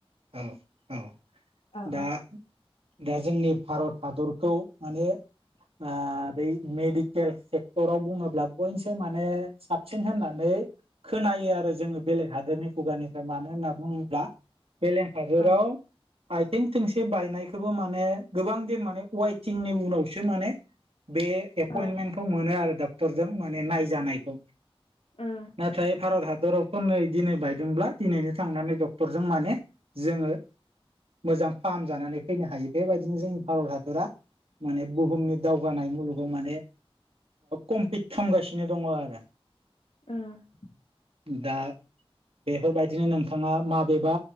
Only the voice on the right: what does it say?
औ औ
दा।
दा जोंनि भारत हादरखौ माने। आ बै मेडिकेल सेक्टराव बुङोब्ला बयनोस माने साबसिन होननानै। खोनायो आरो जोङो बेलेग हादोरनि खुगानिफ्राय मानो होनना बुङो। ब्ला बेलेग हादराव।
आथिं थोंसे बायनायखौबो माने गोबां दिन माने वाइथिंनि उनावसो माने। बे एपइन्टमेन्टखौ
मोनो आरो डक्टरजों माने नायजानायखौ।
नाथाय भारत हादरावथ' नै दिनै बायदोंब्ला दिनैनो थांनानै डक्ट। क्टरजों माने जोङो। मोजां फाहाम जानानै फैनो हायो बेबायदिनो जोंनि भारत हादरा। माने बुहुमनि दावगानाय मुलुगाव माने- कमप्लिट खालामगासिनो दंङ आरो-
दा बेफोरबायदिनो नोंथांङा माबेबा